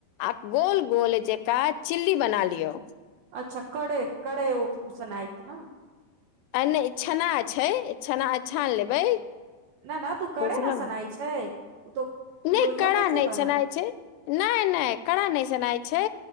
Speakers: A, on the left; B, on the right.
A: आ गोल गोल जेका चिल्ली बना लियो
B: अच्छा कड़ कड़ उशनाएत न
A: आ नहि इ छना छै छना-छान लेबै
B: न नहि तू करे
A: बुझलहुँ।
B: न सुनाय छै ओ तो
A: नहि
B: लोहिया
A: कड़ा
B: कैसे
A: नहि छनाय
B: बनत
A: छै नहि नहि कड़ा नहि सुनाइ छै